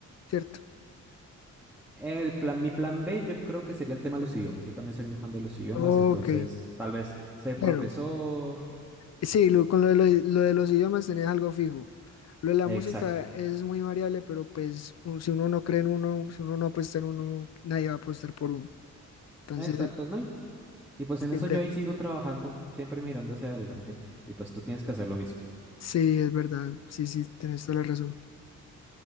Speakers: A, on the left (about 55°); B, in the centre.
A: ¿cierto?
B: El plan, mi plan B yo creo que sería el tema de los idiomas. Yo también soy muy fan de los idiomas,
A: Ok,
B: entonces tal vez ser
A: bueno,
B: profesor.
A: sí, lo- con lo de, lo, lo de los idiomas tenés algo fijo. Lo de la
B: Exacto,
A: música es muy variable, pero pues un- si uno no cree en uno, si uno no apuesta en uno, nadie va a apostar por uno. Entonces,
B: exacto,
A: eh,
B: ¿no? Y, y pues
A: siempre,
B: en eso yo ahí sigo trabajando, siempre mirando hacia adelante. Y pues tú tienes que hacer lo mismo.
A: sí, es verdad, sí, sí, tenés toda la razón.